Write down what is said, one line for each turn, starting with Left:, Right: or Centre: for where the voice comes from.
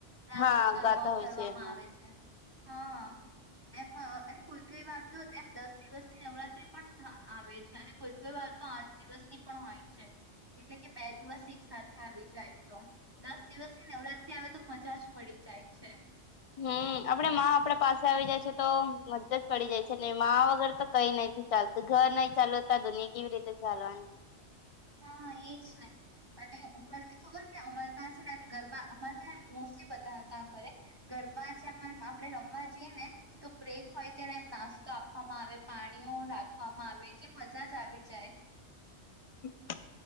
Right: રાસ
Left: હા
Right: ગરબાઓ
Left: ગાતા હોય
Right: કરવામાં
Left: છે હા
Right: આવે છે. હા, એમ અ અને કોઈકે વાત તો એમ દસ દિવસની નવરાત્રી પન આવે છે, અને કોઈક વાર તો આઠ દિવસની પણ હોય છે, એટલે કે બે દિવસ એક સાથે આવી જાય તો દસ દિવસની નવરાત્રી આવે તો મજા જ પડી જાય છે.
Left: હમ, આપડે માં આપડે પાસે આવી જાય છે તો મજ્જા જ પડી જાય છે ને માં વગર તો કઈ નહીં થી ચાલતું ઘર નહી ચાલતા દુનિયા કેવી રીતે ચાલવાનું.
Right: હા, એજ ને અને ઉપરથી ખબર તે અમાર તા છેને આમ ગરબા અમાર તા મોસ્ટલી બધા તા કરે. ગરબા છે અમાર આપડે રમવા જઈએ ને તો બ્રેક હોય ત્યારે એમ નાસ્તો આપવામાં આવે પાણીઓ રાખ ખવામાં આવે એટલે મજ જા જ આવી જાય.
Left: હમ.